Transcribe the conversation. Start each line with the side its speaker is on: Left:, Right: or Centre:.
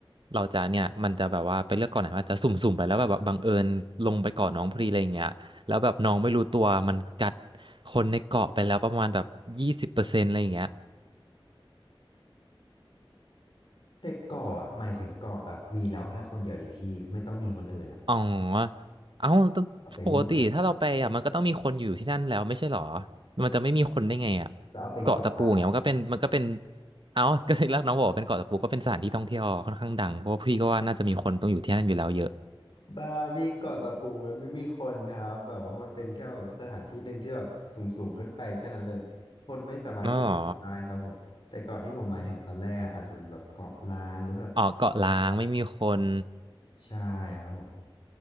Right: เราจะเนี่ยมันจะแบบว่าไปเลือกก่อนไหนว่าจะสุ่มๆไปแล้วแบบว่าบังเอิญลงไปก่อนน้องพอดีอะไรอย่างเงี้ยแล้วแบบน้องไม่รู้ตัวมันกัดคนในเกาะไปแล้วประมาณแบบยี่สิบเปอร์เซ็นต์อะไรอย่างเงี้ย
Left: ต่เกาะอ่ะหมายถึงเกาะแบบมีเราแค่คนเดียวดิพี่ไม่ต้องมีคนอื่นอ่ะ
Right: อ๋อเอ้าแต่ปกติถ้าเราไปอ่ะมันก็ต้องมีคนอยู่ที่นั่นแล้วไม่ใช่เหรอ
Left: เอาไปเริ่มต้นี่
Right: มันจะไม่มีคนได้ไงอ่ะ
Left: แล้วเอาเป็นเกาะล้าง
Right: เกาะตะปูอย่างเงี้ยมันก็เป็นมันก็เป็นเอ้าก็เลยรักน้องบอกว่าเป็นเกาะตะปูก็เป็นสถานที่ท่องเที่ยวค่อนข้างดังเพราะว่าพี่ก็ว่าน่าจะมีคนต้องอยู่ที่นั่นอยู่แล้วเยอะ
Left: บ้าพี่เกาะตะปูมันไม่มีคนครับแบบว่ามันเป็นแค่แบบสถานที่หนึ่งที่แบบสูงสูงขึ้นไปแค่นั้นเลยคนไม่สามารถขึ้นไปได้ครับผมแต่เกาะที่ผมหมายถึงตอนแรกอะอาจจะเป็นแบบเกาะล้างหรือแบบ
Right: อ๋อเหรอ ออกเกาะล้างไม่มีคน
Left: ใช่ครับผม